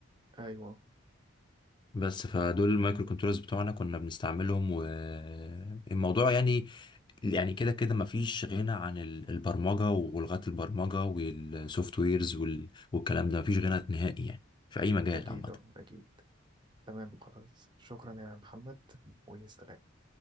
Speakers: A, on the right; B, on the left.
A: ايوه
B: بس فدول المايكرو كنترولرز بتوعنا كنا بنستعملهم والموضوع يعني يعني كده كده مفيش غنى عن ال- البرمجة ولغات البرمجة والسوفت ويرز وال... والكلام ده مفيش غنى نهائي يعني في أي مجال
A: اكيد
B: عامة
A: اه اكيد تمام خلاص شكرا يا محمد وسلام